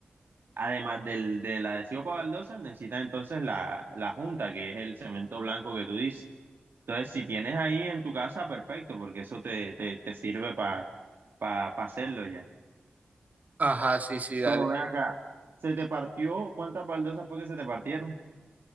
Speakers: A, on the right (about 65°); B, on the right (about 45°).
A: Además del, del adhesivo para baldosas, necesitas entonces la, la junta, que es el cemento blanco que tú dices. Entonces, si tienes ahí en tu casa, perfecto, porque eso te, te, te sirve para pa, pa- pa hacerlo ya.
B: Ajá, sí, sí, dale.
A: Pero ven acá. ¿Se te partió? ¿Cuántas baldosas fue que se te partieron?